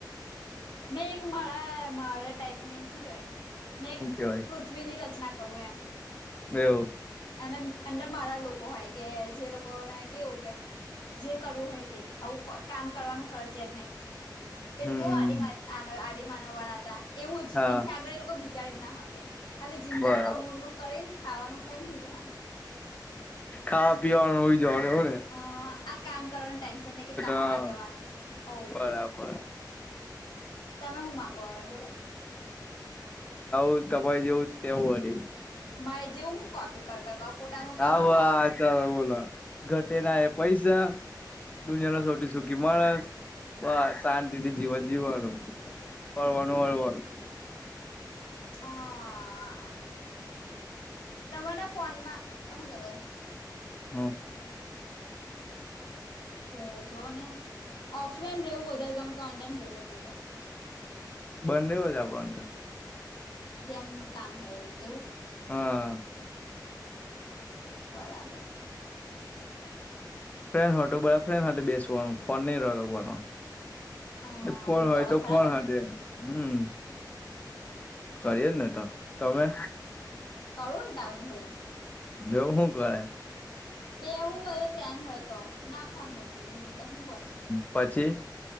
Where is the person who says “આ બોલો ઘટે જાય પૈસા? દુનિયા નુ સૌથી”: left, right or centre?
Left